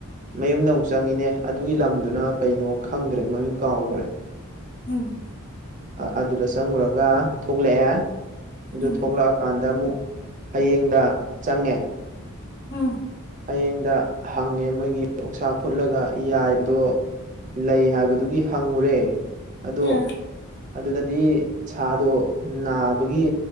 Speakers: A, on the right; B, on the left.
A: ꯃꯌꯨꯝꯗ ꯑꯃꯨꯛ ꯆꯪꯉꯤꯅꯦ ꯑꯗꯨꯒꯤ ꯂꯝꯗꯨꯅ ꯀꯩꯅꯣ ꯈꯪꯗ꯭ꯔꯦ ꯃꯃꯤꯡ ꯀꯥꯎꯈ꯭ꯔꯦ꯫
B: ꯎꯝ꯫
A: ꯑꯗꯨꯗ ꯆꯪꯉꯨꯔꯒ ꯊꯣꯛꯂꯛꯑꯦ꯫ ꯑꯗꯨ
B: ꯎꯝ
A: ꯊꯣꯛꯂꯛꯑꯀꯥꯟꯗ ꯑꯃꯨꯛ ꯐꯌꯦꯡꯗ ꯆꯪꯉꯦ꯫
B: ꯎꯝ
A: ꯐꯌꯦꯡꯗ ꯍꯪꯉꯦ ꯃꯣꯏꯒꯤ ꯎꯁꯥ ꯐꯨꯠꯂꯒ ꯌꯥꯏꯕꯗꯣ ꯂꯩ ꯍꯥꯏꯕꯗꯨꯒꯤ ꯍꯪꯉꯨ꯭ꯔꯦ꯫ ꯑꯗꯣ
B: ꯑꯥ
A: ꯑꯗꯨꯗꯗꯤ ꯁꯥꯗꯣ ꯅꯥꯕꯒꯤ